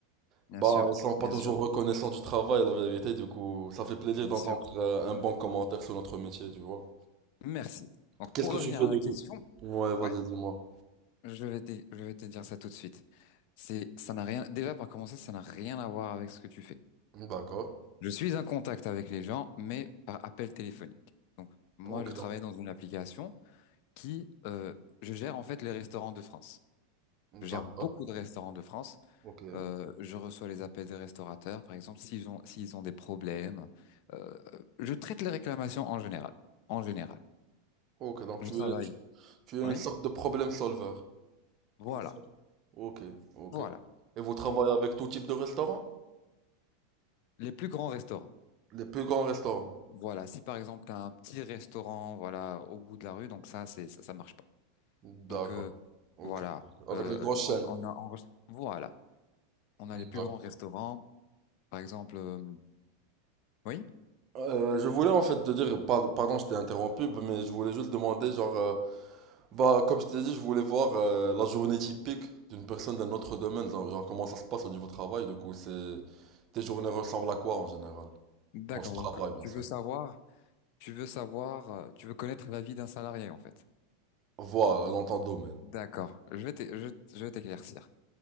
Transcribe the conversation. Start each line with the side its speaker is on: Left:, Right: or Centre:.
Left: Bien
Right: bah
Left: sûr,
Right: ils sont pas
Left: bien
Right: toujours
Left: sûr,
Right: reconnaissants du travail, la vérité. Du coup, ça fait plaisir
Left: bien
Right: d'entendre
Left: sûr.
Right: euh, un bon commentaire sur notre métier, tu vois.
Left: Merci. Donc,
Right: Qu'est-ce
Left: pour
Right: que
Left: revenir
Right: tu fais
Left: à
Right: du
Left: la question,
Right: coup? Ouais, vas-y,
Left: ouais,
Right: dis-moi.
Left: je vais te, je vais te dire ça tout de suite. C'est, ça n'a rien, déjà, par commencer, ça n'a rien à voir avec ce que tu fais.
Right: D'accord.
Left: Je suis en contact avec les gens, mais par appel téléphonique. Donc, moi,
Right: Ok
Left: je travaille
Right: donc.
Left: dans une application qui, euh, je gère en fait les restaurants de France. Je gère
Right: D'accord.
Left: beaucoup de restaurants de France.
Right: Ok.
Left: Euh, je reçois les appels des restaurateurs, par exemple, s'ils ont, s'ils ont des problèmes. Euh, je traite les réclamations en général. En général.
Right: Ok donc
Left: Je
Right: tu
Left: travaille.
Right: es tu es
Left: Oui.
Right: une sorte de problème solver.
Left: Voilà.
Right: C'est ça. Ok, ok.
Left: Voilà.
Right: Et vous travaillez
Left: Donc,
Right: avec tout type de restaurant?
Left: Les plus grands restaurants.
Right: Les plus grands restaurants.
Left: Voilà, si par exemple tu as un petit restaurant voilà au bout de la rue, donc ça c'est ça, ça marche pas.
Right: D'accord.
Left: Donc euh,
Right: Ok.
Left: voilà,
Right: Avec
Left: euh,
Right: les grosses chaînes.
Left: on, on a on- voilà, on a
Right: D'accord.
Left: les plus grands restaurants, par exemple euh, oui?
Right: Euh, je voulais en fait te dire, pardon, pardon, je t'ai interrompu, mais je voulais juste demander, genre, euh, bah, comme je t'ai dit, je voulais voir euh, la journée typique d'une personne d'un autre domaine, genre, genre comment ça se passe au niveau travail, du coup, c'est... Tes journées ressemblent à quoi en général?
Left: D'accord,
Right: Quand je travaille,
Left: donc
Right: bien
Left: tu
Right: sûr.
Left: veux savoir, tu veux savoir, euh, tu veux connaître la vie d'un salarié en fait.
Right: Voilà, dans ton domaine.
Left: D'accord, je vais t'é- je, je vais t'éclaircir.